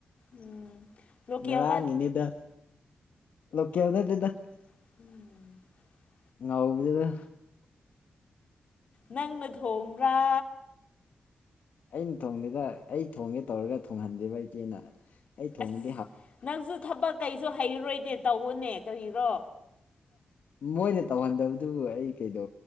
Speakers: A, on the left (about 50°); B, on the left (about 70°).
A: ꯎꯝ ꯂꯣꯀꯦꯜ
B: ꯉꯔꯥꯡꯒꯤꯅꯤꯗ ꯂꯣꯀꯦꯜ ꯅꯠꯇꯦꯗ
A: <inaudible>
B: ꯉꯥꯎꯕꯤꯗꯗ
A: ꯅꯪꯅ ꯊꯣꯡꯕ꯭ꯔꯥ
B: ꯑꯩꯅ ꯊꯣꯡꯗꯦꯗ ꯑꯩ ꯊꯣꯡꯒꯦ ꯇꯧꯔꯒ ꯊꯣꯡꯍꯟꯗꯦꯕ ꯏꯆꯦꯅ ꯑꯩ ꯊꯣꯡꯉ
A: ꯑꯁ ꯅꯪꯁꯨ ꯊꯕꯛ ꯀꯩꯁꯨ ꯍꯩꯔꯔꯣꯏꯅꯦ ꯇꯧꯕꯅꯦ ꯀꯔꯤꯔꯣ
B: ꯃꯣꯏꯅ ꯇꯧꯍꯟꯗꯕꯗꯨꯕꯨ ꯑꯩꯩꯗ